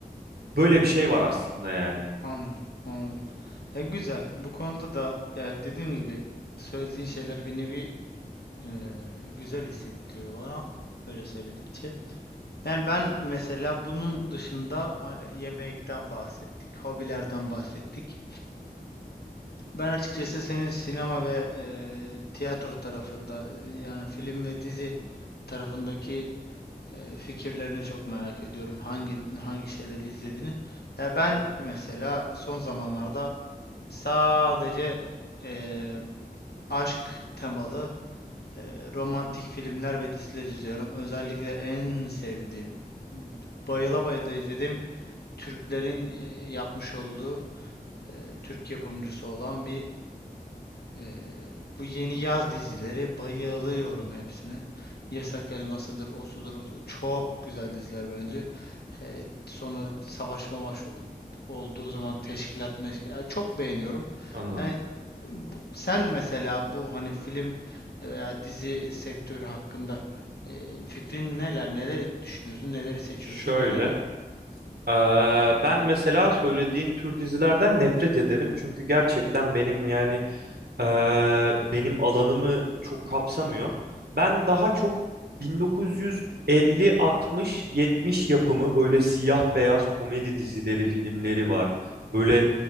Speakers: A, on the right; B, on the left.
A: böyle bir şey var aslında yani.
B: anladım, anladım. E güzel. Bu konuda da yani dediğim gibi söylediğin şeyler bir nevi e, güzel hissettiriyor bana böyle söyledikçe. Yani ben mesela bunun dışında hani yemekten bahsettik, hobilerden bahsettik. Ben açıkçası senin sinema ve eee, tiyatro tarafında yani film ve dizi tarafındaki eee, fikirlerini çok merak ediyorum. Hangi hangi şeyleri izlediğini. Ya ben mesela son zamanlarda sadece eee, aşk temalı eee, romantik filmler ve diziler izliyorum. Özellikle en sevdiğim, bayıla bayıla izlediğim Türklerin e, yapmış olduğu e, Türk yapımcısı olan bir e, bu yeni yaz dizileri bayılıyorum hepsine. Yasak Elması'dır, Osu'dur, busudur. Çok güzel diziler bence. E, sonra savaş mavaş o- olduğu zaman teşkilat meş- yani çok beğeniyorum.
A: Anladım.
B: Yani bu, sen mesela bu hani film veya dizi sektörü hakkında e, fikrin neler, neler düşünüyorsun, neleri seçiyorsun
A: Şöyle.
B: ve neden?
A: eee, ben mesela söylediğin tür dizilerden nefret ederim. Çünkü gerçekten benim yani Eee, benim alanımı çok kapsamıyor. Ben daha çok 1950, 60, 70 yapımı böyle siyah beyaz komedi dizileri, filmleri var. Böyle